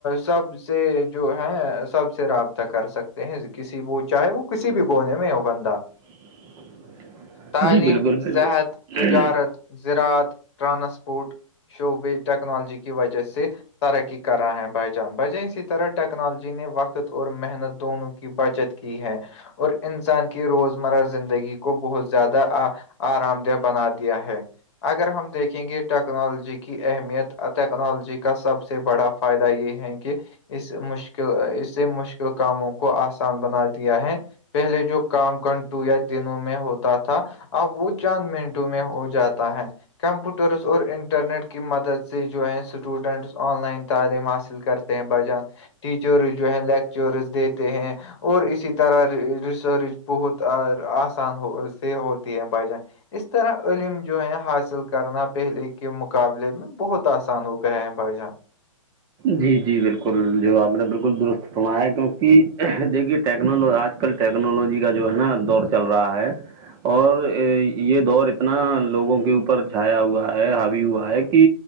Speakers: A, on the left (about 55°); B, on the right (about 20°).
A: سب سے جو ہے سب سے رابطہ کر سکتے ہیں کسی وہ چاہے وہ کسی بھی کونے میں ہو بندہ
B: <inaudible>
A: تعلیم
B: جی بالکل بالکل
A: صحت تجارت زراعت ٹرانسپورٹ شعبے ٹیکنالوجی کی وجہ سے ترقی کرا ہے بائی جان بجان اسی طرح ٹیکنالوجی نے وقت اور محنت دونوں کی بچت کی ہے اور انسان کی روزمرہ زندگی کو بہت زیادہ آرام دہ بنا دیا ہے اگر ہم دیکھیں گے ٹیکنالوجی کی اہمیت اور ٹیکنالوجی کا سب سے بڑا فائدہ یہ ہے کہ اس مشکل اسے مشکل کاموں کو آسان بنا دیا ہے پہلے جو کام کنٹو یا دنوں میں ہوتا تھا اب وہ چاند منٹوں میں ہو جاتا ہے کمپیوٹرس اور انٹرنیٹ کے کی مدد سے جو ہے اسٹوڈنٹس آن لائن تعلیم حاصل کرتے ہیں بجان ٹیچرز جو ہیں لیکچرز دیتے ہیں اور اسی طرح ریسرچ بہت آسان ہو سے ہوتی ہے بجن اس طرح علم جو ہے حاصل کرنا پہلے کے مقابلے میں بہت آسان ہو گیا ہے بھائی جان
B: جی جی بالکل جو آپ نے بالکل درست فرمایا ہے کیونکہ دیکھیے ٹیکنالو آج کل ٹیکنالوجی کا جو ہے نا دور چل رہا ہے اور یہ دور اتنا لوگوں کے اوپر چھایا ہوا ہے ہاوی ہوا ہے کہ